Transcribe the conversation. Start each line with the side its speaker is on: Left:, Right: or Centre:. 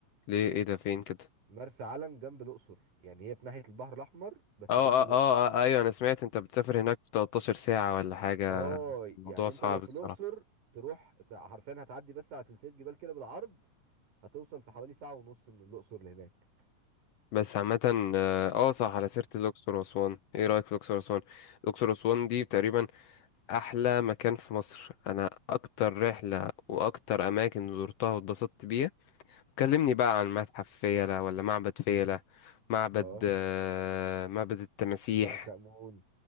Left: ليه ايه ده فين كده
Right: مرسى علم جنب الاقصر يعني هي في ناحيه البحر الاحمر بس
Left: اه
Right: جنب الاقصر
Left: اه اه آه، ايوه انا سمعت انت بتسافر هناك في 13 ساعة ولا حاجة
Right: اه
Left: الموضوع
Right: يعني
Left: صعب
Right: انت لو في
Left: الصراحة
Right: الاقصر تروح تع- حرفيا هتعدي بس على سلسله جبال كده بالعرض هتوصل في حوالي ساعه ونص من الاقصر لهناك
Left: بس عامة اه آه، صح على سيرة الأقصر وأسوان ايه رأيك في الأقصر وأسوان الأقصر وأسوان دي تقريبا أحلى مكان في مصر أنا أكتر رحلة وأكتر أماكن زرتها واتبسطت بيها كلمني بقى عن متحف فيلة ولا معبد فيلة معبد
Right: اه
Left: آه، معبد التماسيح
Right: توت عنخ امون